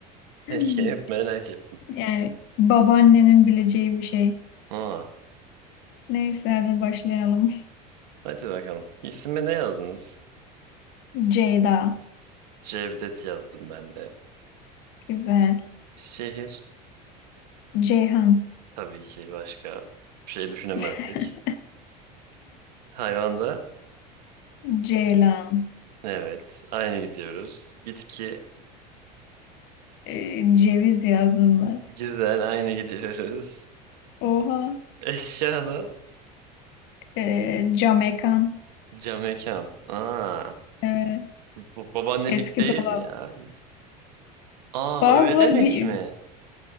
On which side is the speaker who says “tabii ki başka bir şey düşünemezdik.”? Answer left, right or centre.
Right